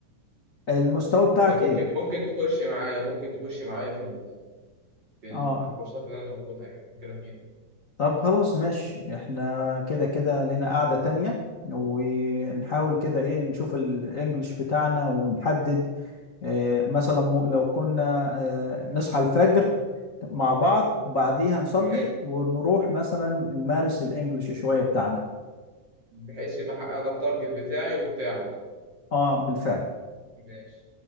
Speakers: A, on the left (about 60°); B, on the right (about 35°).
A: المستوى بتاعك
B: فممكن
A: إيه؟
B: ممكن تخش معايا ممكن تخش معايا في ال- في, ال-
A: آه
B: في الكورسات اللي انا باخدها يعني ممكن افيدك
A: طب خلاص ماشي احنا كده كده لينا قاعدة تانية ونحاول كده إيه نشوف الإنجليش بتاعنا ونحدد آه، مثلا م- لو كنا آه، نصحى الفجر مع بعض وبعديها نصلي
B: ماشي
A: ونروح مثلا نمارس الانجليش شوية بتاعنا
B: بحيث يبقى حققنا التارجت بتاعي وبتاعك
A: اه بالفعل
B: ماشي